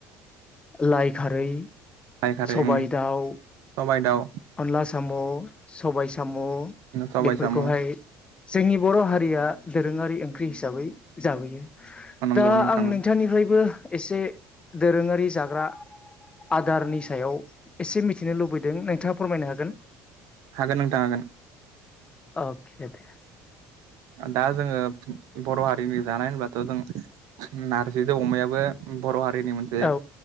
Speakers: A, on the left; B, on the right.
A: लाइ खारै
B: लाइ खारै
A: सबाय
B: ओं
A: दाउ,
B: सबाइ दाउ
A: अनला साम' सबाय साम'
B: सबाइ
A: बेफोरखौहाय
B: साम'
A: जोंनि बर' हारिया दोरोङारि ओं हिसाबै जाबोयो
B: नंगौ
A: दा
B: नोंथां
A: आं
B: नंगौ।
A: नोंथांनिफ्रायबो एसे दोरोङारि जाग्रा आदारनि सायाव एसे मिथिनो लुबैदों नोंथाङा फोरमायनो हागोन?
B: हागोन नोंथां हागोन
A: अके दे
B: दा जोङो बर' हारिनि जानाय होनबाथ' जों नारजिजों अमायाबो बर' हारि नि हारिनि मोनसे
A: औ